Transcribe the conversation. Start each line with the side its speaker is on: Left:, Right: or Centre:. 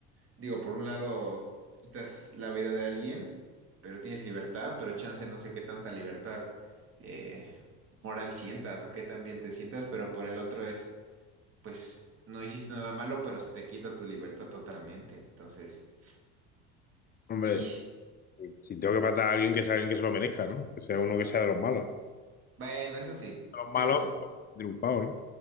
Right: digo, por un lado quitas la vida de alguien, pero tienes libertad, pero chance no sé qué tanta libertad eh, moral sientas o qué tan bien te sientas, pero por el otro es, pues no hiciste nada malo, pero se te quita tu libertad totalmente. Entonces,
Left: hombre,
Right: y
Left: si, si tengo que matar a alguien que sea alguien que se lo merezca, ¿no? Que sea uno que sea de los malos.
Right: bueno, eso sí,
Left: De los malos,
Right: eso es cierto.
Left: pues, triunfado, ¿no?